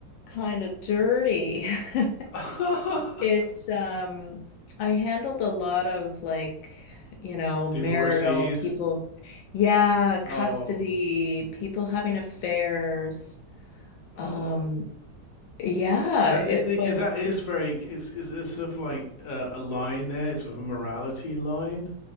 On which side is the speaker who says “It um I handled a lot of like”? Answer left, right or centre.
Left